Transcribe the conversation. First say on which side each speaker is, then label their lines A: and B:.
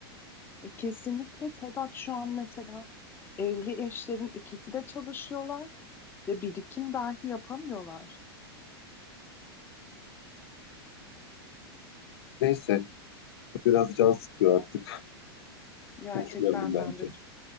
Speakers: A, on the left; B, on the left.
A: E, kesinlikle Sedat şu an mesela evli eşlerin ikisi de çalışıyorlar ve birikim dahi yapamıyorlar.
B: Neyse, biraz can sıkıyor artık.
A: Gerçekten
B: Konuşmayalım bence.
A: ben de